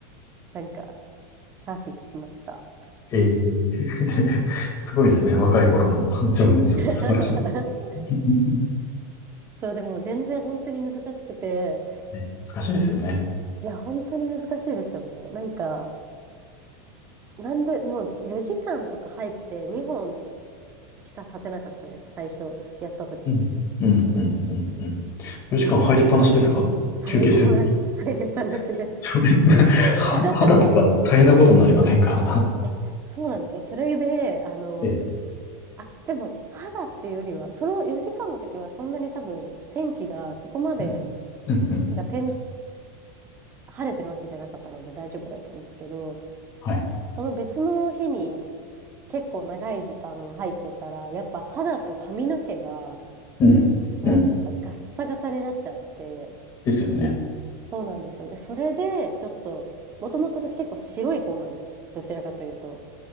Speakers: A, on the right (about 20°); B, on the left (about 30°).
A: なんかサーフィンしました。
B: ええ <laughs> すごいですね。若い頃の情熱、
A: <laughs>
B: 素晴らしいです。<laughs>
A: そう、でも全然本当に難しくて、
B: ね難しいですよね。
A: いや、本当に難しいですよね。なんか、なんで、もう4時間とか入って2本しか立てなかったです、最初やった時。
B: うん。うん、うん、うん、うん。4時間入りっぱなしですか休憩せずに。
A: めっちゃ疲れるじゃん。入りっぱな、<laughs> 入りっぱなしです。
B: <laughs> それ、<laughs>
A: <laughs>
B: は、肌とか大変なことになりませんか
A: え、そうなんですよ。それで、あの、
B: <laughs> ええ。
A: あ、でも、肌っていうよりは、その4時間の時はそんなに多分、天気がそこまで、
B: うん、うん、
A: なんか天、
B: うん。
A: 晴れてるわけじゃなかったので大丈夫だったんですけど、
B: はい。
A: その別の日に結構長い時間入ってたら、やっぱ肌と髪の毛が、
B: うん、
A: もうなんかガッサガサになっちゃって、
B: うん。ですよね。
A: そうなんですよ。で、それで、ちょっと、もともと私結構白い方なんで、どちらかというと、